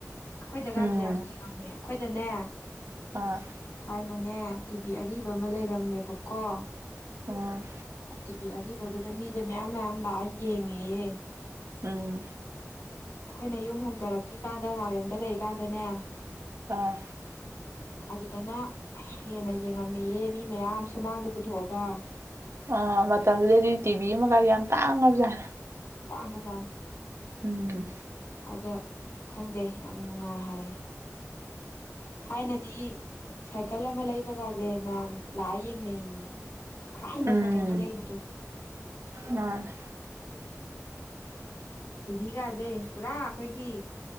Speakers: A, on the left; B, on the right.
A: ꯑꯩꯈꯣꯏ ꯖꯒꯥꯁꯦ
B: ꯎꯝ
A: ꯌꯥꯝ ꯌꯦꯡꯉꯝꯃꯦ ꯑꯩꯈꯣꯏꯗꯅꯦ
B: ꯑꯥ
A: ꯊꯥꯏꯅꯅꯦ ꯇꯤꯚꯤ ꯑꯔꯤꯕ ꯑꯃ ꯂꯩꯔꯝꯃꯦꯕꯀꯣ
B: ꯑꯣ
A: ꯑꯒꯤ ꯑꯔꯤꯕꯗꯨꯗ ꯃꯤꯁꯦ ꯃꯌꯥꯝ ꯃꯌꯥꯝ ꯂꯥꯛꯑ ꯌꯦꯡꯉꯦꯌꯦ
B: ꯎꯝ
A: ꯑꯩꯈꯣꯏꯅ ꯌꯨꯝ ꯍꯣꯡꯗꯔꯛꯇ꯭ꯔꯤ ꯏꯀꯥꯟꯗ ꯅꯥꯎꯔꯦꯝꯗ ꯂꯩꯔꯤꯀꯥꯟꯗꯅꯦ
B: ꯑꯥ
A: ꯑꯗꯨꯗꯅ ꯍꯦꯟꯅ ꯌꯦꯡꯉꯝꯃꯦꯌꯦ ꯃꯤ ꯃꯌꯥꯝ ꯁꯨꯃꯥꯡꯗ ꯄꯨꯊꯣꯛꯑꯒ
B: ꯑ ꯃꯇꯝꯗꯨꯗꯗꯤ ꯇꯤꯚꯤ ꯑꯃꯒ ꯌꯥꯝ ꯇꯥꯡꯉꯕꯖꯥꯠꯅꯦ
A: ꯇꯥꯡꯒ ꯖꯅꯤ
B: ꯎꯝ
A: ꯑꯗ ꯈꯪꯗꯦ ꯌꯥꯝ ꯅꯨꯡꯉꯥꯏ ꯍꯥꯏ꯫ ꯊꯥꯏꯅꯗꯤ ꯁꯥꯏꯀꯜ ꯑꯃ ꯂꯩꯕꯒꯥꯁꯦ ꯃꯌꯥꯝ ꯂꯥꯛꯑ ꯌꯦꯡꯅꯩꯌꯦ꯫ ꯑꯍꯥꯟꯕ
B: ꯎꯝ
A: ꯁꯥꯏꯀꯟꯒ ꯂꯩꯕꯗꯨ
B: ꯃꯥꯅꯦ
A: ꯇꯤꯚꯤꯒꯥꯥꯁꯦ ꯄꯨꯔꯥ ꯑꯩꯈꯣꯏꯒꯤ